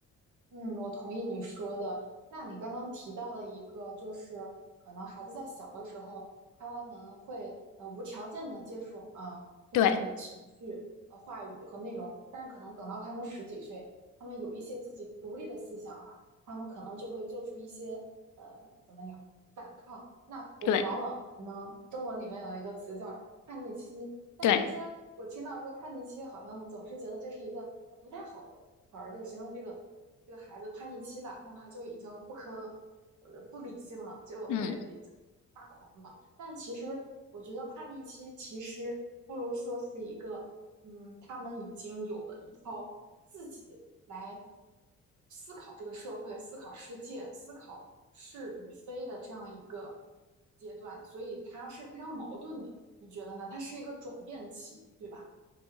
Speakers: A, on the right; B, on the left.
A: 嗯，我同意你说的。那你刚刚提到了一个，就是可能孩子在小的时候，他们会呃无条件的接受啊父母的情绪、
B: 对
A: 呃话语和内容，但是可能等到他们十几岁，他们有一些自己独立的思想了，他们可能就会做出一些呃怎么讲反抗。那我们往往可能中文里面有一个词叫叛逆期，
B: 对
A: 但以前我听到说叛逆期，
B: 对。
A: 好像总是觉得这是一个不太好的词儿，就是形容这个。这个孩子叛逆期了，那他就已经不可呃不理性了，就会比较发狂嘛。
B: 嗯，
A: 但其实我觉得叛逆期其实不如说是一个，嗯，他们已经有了一套自己来思考这个社会、思考世界、思考是与非的这样一个阶段，所以它是非常矛盾的。你觉得呢？它是一个转变期，对吧？